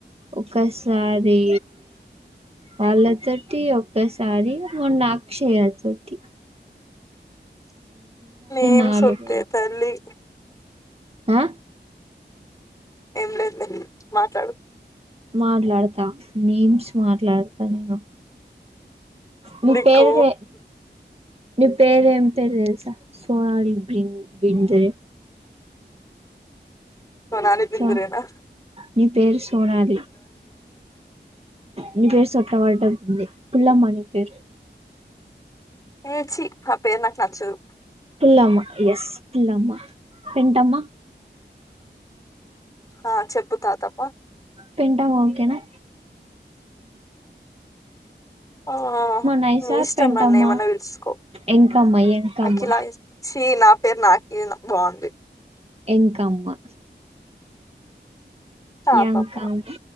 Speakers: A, on the right; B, on the left.
A: ఒకసారి వాళ్ళతోటి ఒక్కసారి మొన్న అక్షయ తోటి
B: ఏం
A: నాలుగు
B: సుత్తె తల్లీ.
A: ఆ
B: ఏం లేదు మాట్లాడు
A: మాట్లాడతా మీమ్స్ మాట్లాడతా నేను మీ
B: నీకు
A: పేరు నీ పేరు ఏం పేరు తెలుసా సోనాలి బింద్రే
B: సోనాలి బింద్రే
A: సో
B: నా
A: నీ పేరు సోనాలి నీ పేరు చొట్టబడ్డ పుల్లమని పేరు
B: ఏ ఛీ ఆ పేరు నాకు నచ్చదు
A: పుల్లమ్మ ఎస్ పుల్లమ్మ పెంటమ్మా
B: ఆ చెప్పు తాతప్పా
A: పెంటమ్మ ఓకే నా
B: ఆ
A: నైస్
B: నీ
A: ఆర్
B: ఇష్టం
A: పెంటమ్మ
B: నన్ను ఏమన్నా పిలుసుకో
A: ఎంకమ్మ ఎంకమ్మ
B: అఖిలా నా పేరు నాకు బాగుంది.
A: ఎంకమ్మ
B: తాతమ్మ
A: ఎంకమ్మ